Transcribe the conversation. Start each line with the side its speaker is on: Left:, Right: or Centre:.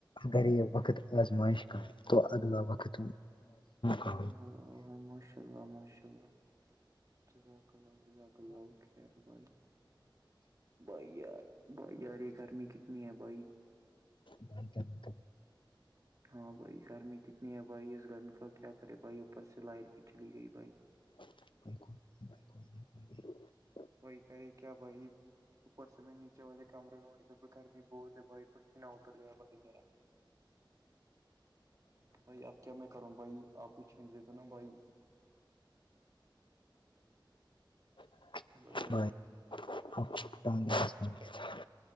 Left: ار وقت آز مائش کا تو اگلا وقت آ
Right: ہو ہاں ہاں ماشاء اللہ ماشاء اللہ جزاک جلہ ک لؤ خیر بھائی بھائی یار بھائی یار یہ گرمی کتنی ہے بھائی
Left: ڈان کیا ب ب
Right: ہاں بھائی گرمی کتنی ہے بھائی اس گرمی کا کیا کرے بھائی اوپر سے لائٹ بھی چلی گئی بھائی
Left: <unintelligible>
Right: بھائی خے کیا بھائی اوپر سے میں نیچے والے کمرے میں ہونےد گھر بھی بہت ہے بھائی پچینہ اتر گیا بھائی میرا بھائی آپ کیا میں کروں بھائی آپ ہی چھین دیتا نا بھائی
Left: <unintelligible>
Right: ہیلو بھائی